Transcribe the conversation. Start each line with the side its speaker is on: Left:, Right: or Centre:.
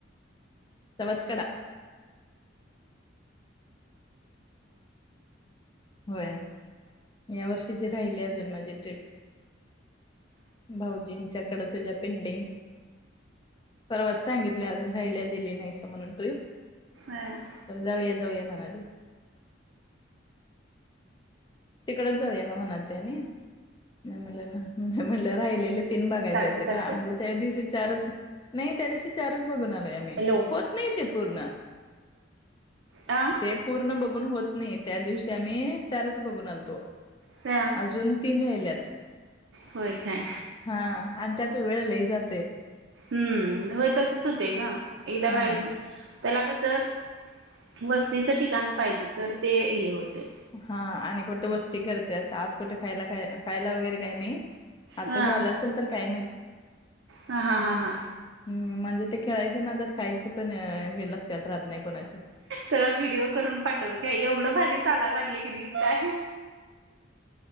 Left: सवत्कडा होय या वर्षीची राहिली अजून माझी ट्रिप. भाऊजीनच्या कडे तुझ्या पेंडिग. परवाच सांगितलं अजून राहिल्या दिली नाहीस म्हणून ट्रिप
Right: हम
Left: तर जाऊया जाऊया म्हणाले तिकडच जाऊया का म्हणाल त्यानी म म्हणल्या ना म म्हणल्या राहिलेले तीन बघाय जायच
Right: सारखे सारखे
Left: का म्हणजे त्या दिवशी चारच नाही त्या दिवशी चारच बघून आलोय.
Right: हॅलो
Left: होत नाही ते पूर्ण.
Right: हां
Left: ते पूर्ण बघून होत नाही त्या दिवशी आम्ही चारच बघून आलतो.
Right: त्या
Left: अजून तीन राहिल्यात
Right: होय काय
Left: हा आणि त्यात. वेळ लई जातेय
Right: हम्म होय तसच होतेय ग एकदा
Left: हा
Right: बाहेर पण त्याला कसर वस्तीचं ठिकाण पाहिजे तर ते हे होते
Left: हा आणि कुठं वस्ती करते असं आत कुठे खायला खायला वगैरे काय नाही. आता
Right: हा
Left: झालं असेल तर काय माहित.
Right: हा हा हा हां
Left: हम म्हणजे ते खेळायचे नादात खायची पण हे लक्षात राहत नाही कोणाच्या.
Right: तुला व्हिडिओ करून पाठवत काय एवढं भारी चालायला लागलय की नाही. काय